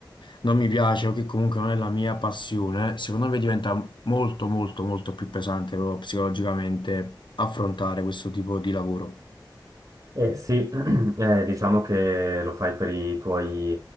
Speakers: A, on the left; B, on the right.
A: non mi piace o che comunque non è la mia passione, secondo me diventa molto, molto, molto più pesante proprio psicologicamente affrontare questo tipo di lavoro.
B: Eh sì, <clears throat> eh, diciamo che lo fai per i tuoi,